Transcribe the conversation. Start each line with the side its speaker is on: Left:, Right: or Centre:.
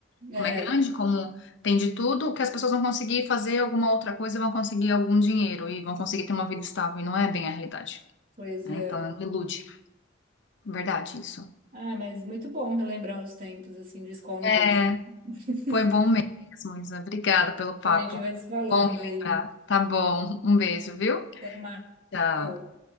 Right: É,
Left: como é grande, como tem de tudo, que as pessoas vão conseguir fazer alguma outra coisa, vão conseguir algum dinheiro e vão conseguir ter uma vida estável, e não é bem a realidade,
Right: pois
Left: né?
Right: é.
Left: Então, não ilude. Verdade, isso.
Right: Ah, mas muito bom relembrar os tempos, assim, de escola
Left: É,
Right: um pouquinho. <laughs>
Left: foi bom mesmo, Isa. Obrigada pelo papo.
Right: A gente vai se falando
Left: Bom relembrar.
Right: aí.
Left: Tá bom. Um beijo, viu?
Right: Até mais.
Left: Tchau.
Right: Tchau.